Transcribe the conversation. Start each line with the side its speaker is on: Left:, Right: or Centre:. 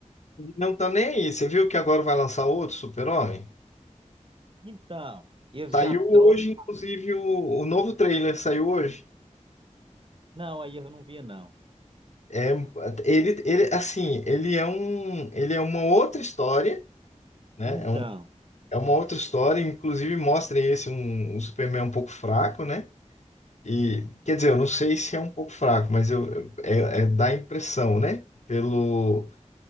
Left: Não tá nem aí. Você viu que agora vai lançar outro Super-Homem?
Right: Então, eles
Left: Saiu
Right: já
Left: hoje,
Right: trocam.
Left: inclusive, o, o novo trailer saiu hoje.
Right: Não, aí eu não vi, não.
Left: É, ele, ele, assim, ele é um, ele é uma outra história, né?
Right: Então,
Left: É um É uma outra história, inclusive mostra esse um, um Superman um pouco fraco, né? E quer dizer, eu não sei se é um pouco fraco, mas eu, eu- é, é- dá a impressão, né? Pelo